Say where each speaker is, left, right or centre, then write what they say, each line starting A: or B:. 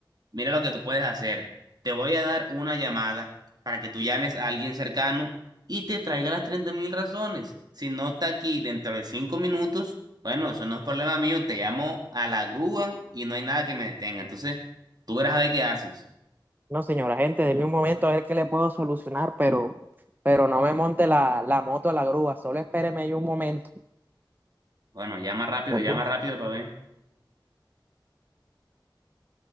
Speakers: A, on the right; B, on the right.
A: Mira lo que tú puedes hacer. Te voy a dar una llamada para que tú llames a alguien cercano y te traiga las treinta mil razones. Si no está aquí dentro de cinco minutos, bueno, eso no es problema mío. Te llamo a la grúa y no hay nada que me detenga. Entonces, tú verás a ver qué haces.
B: No, señora, gente, de un momento a ver qué le puedo solucionar, pero, pero no me monte la, la moto a la grúa, solo espéreme ahí un momento.
A: Bueno, llama rápido,
B: Ok.
A: llama rápido para ver.